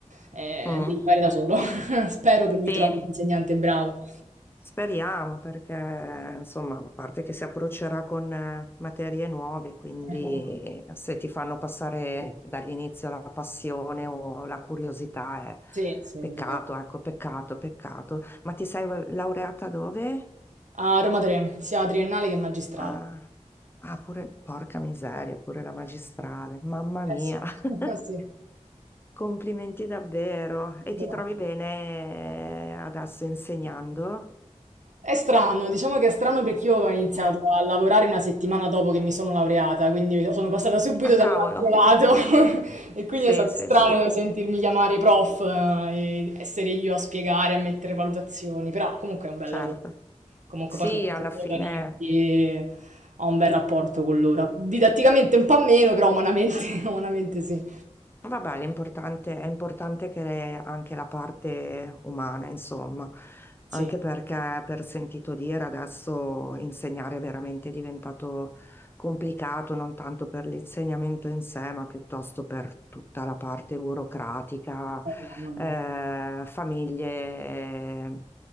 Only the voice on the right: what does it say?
eh,
devi fare da solo. <laughs> Spero che lui
trovi un insegnante bravo.
Ecco.
Sì, sì, è
vero.
A Roma 3, sia triennale che magistrale.
Eh sì,
<laughs> sì.
vero.
È strano, diciamo che è strano perché io ho iniziato
a lavorare una settimana dopo che mi sono laureata, quindi sono passata subito
dall'altro
lato <laughs> e quindi
è stato
strano
sentirmi chiamare prof eh, e essere io a spiegare, a mettere valutazioni, però comunque è un bel
lavoro. Comunque
poi sono
giovani,
quindi ho un bel rapporto con loro. Didatticamente un po' meno, però umanamente, <laughs> umanamente sì.
Sì.
Eh,
mamma mia.